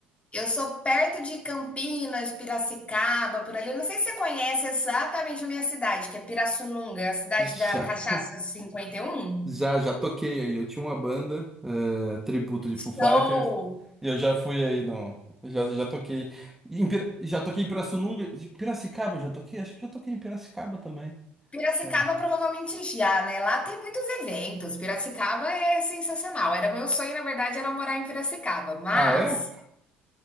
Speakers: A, on the left (about 25°); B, in the centre.
A: Eu sou perto de Campinas, Piracicaba, por ali. Eu não sei se você conhece exatamente a minha cidade, que é Pirassununga, a cidade
B: Já,
A: da Cachaça 51.
B: já, já toquei aí. Eu tinha uma banda, eh, tributo de Foo
A: Show!
B: Fighters, e eu já fui aí, não. Já, já toquei. Em Pira- já toquei em Pirassununga. De Piracicaba eu já toquei? Acho que eu já toquei em Piracicaba também.
A: Piracicaba
B: É.
A: provavelmente já, né? Lá tem muitos eventos. Piracicaba é sensacional. Era meu sonho, na verdade, era morar em Piracicaba, mas
B: Ah, é?